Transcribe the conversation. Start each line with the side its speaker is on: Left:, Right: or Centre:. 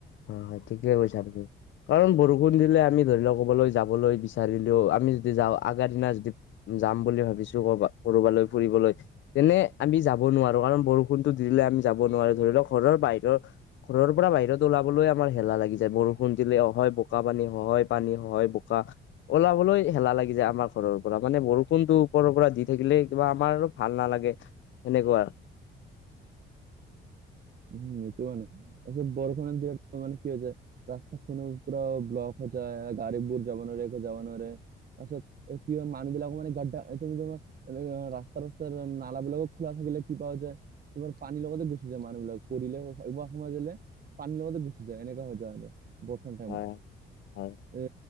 Left: হয়, হয়। ঠিকে কৈছা তুমি। কাৰণ বৰষুণ দিলে আমি ধৰি লওক, ক'বালৈ যাবলৈ বিচাৰিলেও আমি যদি যাওঁ আগাৰ দিনা যদি যাম বুলি ভাবিছো কৰবা, কৰবালৈ ফুৰিবলৈ। তেনে আমি যাব নোৱাৰো কাৰণ বৰষুণতো দিলে আমি যাব নোৱাৰো ধৰি লওক ঘৰৰ বাহিৰৰ - ঘৰৰ ৰ পৰা বাহিৰত- ওলাবলৈ আমাৰ হেলা লাগি যায় বৰষুণ দিলেহ হয় বোক পানী হয় হয় পানী হয় বোকা। ওলাবলৈ হেলা লাগি যায় আমাৰ ঘৰৰ পৰা মানে বৰষুণটো ওপৰৰ পৰা দি থাকিলে কিবা আমাৰ আৰু ভাল নালাগে সেনেকুৱা
Right: উম এইটো মানে, আচ্ছা বৰষুণে দি মান কি হৈ যায়। ৰাস্তাখনো পুৰা ব্লক হৈ যায়, গাড়ীবোৰ যাব নোৱাৰে একো যাব নোৱাৰে তাৰপিছত কি হয় মানুহ বিলাকো মানে গাৰডা তুমি তোমাৰ এ ৰাস্তা-ৰাস্তাৰ নালা বিলাকো খোলা থাকিলে কিবা পোৱা যায়, এইবাৰ পানী লগাতে গুচি যায় মানুহ বিলাক। পৰিলে ব সময় যালে, পানীৰ লগতে গো যায় এনেকা হৈ যায় আৰু বৰষুন টাইমত
Left: হয়
Right: -
Left: হয়
Right: এ